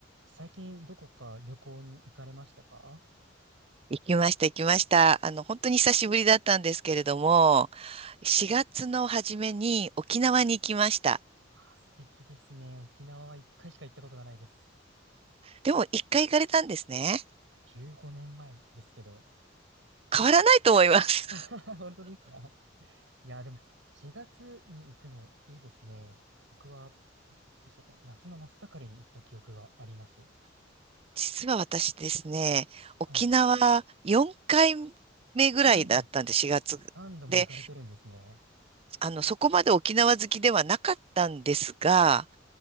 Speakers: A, on the right; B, on the right.
A: 最近どこか旅行に行かれましたか
B: 行きました、行きました。あの、本当に久しぶりだったんですけれども、4月の初めに沖縄に行きました。
A: あ素敵ですね。沖縄は一回しか行ったことがないです。
B: でも、一回行かれたんですね。
A: 15年前ですけど。
B: 変わらないと思います。
A: <laughs> 本当ですかいや、でも4月に行くのいいですね。僕は、いつだったかな夏の真っ盛りに行った記憶があります。
B: <laughs> 実は私ですね、
A: はい。
B: 沖縄4回目ぐらいだったんで、
A: おお、
B: 4月。
A: 何度も行かれてるんですね。
B: で、あの、そこまで沖縄好きではなかったんですが、